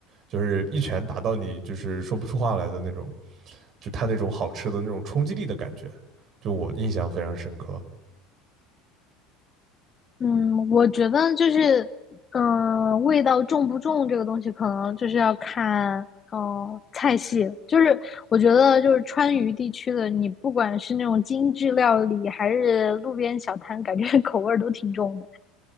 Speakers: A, on the right (about 50°); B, on the left (about 30°).
A: 就是一拳打到你就是说不出话来的那种，就它那种好吃的那种冲击力的感觉，就我印象非常深刻
B: 嗯，我觉得就是，嗯、味道重不重这个东西，可能就是要看，呃，菜系。就是我觉得，就是川渝地区的，你不管是那种精致料理，还是路边小摊，感觉 <laughs> 口味儿都挺重的。